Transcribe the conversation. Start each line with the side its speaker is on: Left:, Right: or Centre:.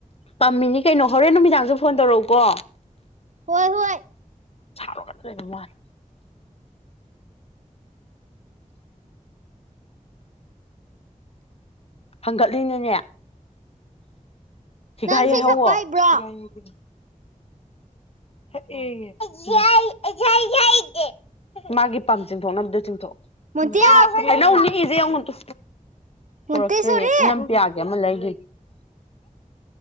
Left: ꯄꯥꯝꯃꯤꯅꯤ ꯀꯩꯅꯣ ꯍꯣꯔꯦꯟ ꯅꯨꯃꯤꯗꯥꯡꯁꯨ ꯐꯣꯟ ꯇꯧꯔꯛꯎꯀꯣ
Right: ꯍꯣꯏ ꯍꯣꯏ
Left: ꯁꯥꯎꯔꯒꯗ ꯂꯩꯕ ꯃꯥꯟꯂꯦ ꯍꯪꯒꯠꯂꯤꯅꯅꯦ ꯍꯤꯒꯥ
Right: ꯅꯪ ꯏꯁꯩ
Left: ꯌꯩꯍꯧꯋꯣ
Right: ꯁꯛꯄ ꯍꯩꯕ꯭ꯔꯣ
Left: ꯍꯤꯒꯥ ꯌꯩꯒꯦ <unintelligible> ꯃꯥꯒꯤ ꯄꯝ ꯆꯤꯡꯊꯣꯛꯅꯕꯗꯨ ꯆꯤꯡꯊꯣꯛꯑꯣ
Right: ꯃꯣꯟꯇꯦ
Left: <unintelligible> ꯍꯩꯅꯧ ꯅꯤꯛꯏꯖꯦ ꯌꯦꯡꯉꯣꯇꯨ
Right: ꯃꯣꯟꯇꯦꯁꯣꯔꯤ
Left: ꯄꯣꯔꯛꯇ꯭ꯔꯦꯌꯦ ꯏꯅꯝ ꯄꯌꯥ ꯒꯤ ꯑꯃ ꯂꯩꯒꯤ